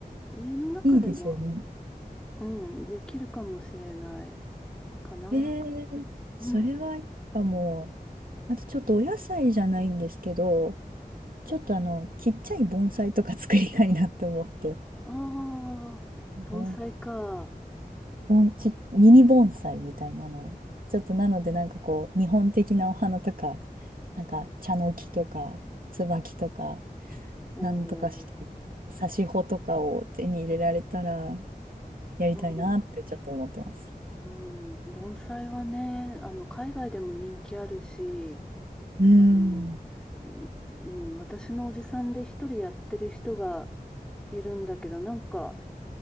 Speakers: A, in the centre; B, on the right.
A: 家の中でも、
B: いいですよね。
A: うん、できるかもしれないかな。
B: えー、それはやっぱも
A: うん。
B: う、あとちょっとお野菜じゃないんですけど、ちょっとあの、ちっちゃい盆栽とか作りたいなって思って、
A: ああ、盆栽か。
B: うん盆ち、ミニ盆栽みたいなのを、ちょっとなのでなんかこう、日本的なお花とか、なんか茶の木とか、椿とか、
A: お
B: なんとかして、挿し穂とかを手に入れられたら、やりたいなってちょっと思ってます。
A: お、うん、うん、盆栽はね、あの、海外でも人気あるし、
B: うん。
A: あの、うん、うん私のおじさんで一人やってる人がいるんだけど、なんか、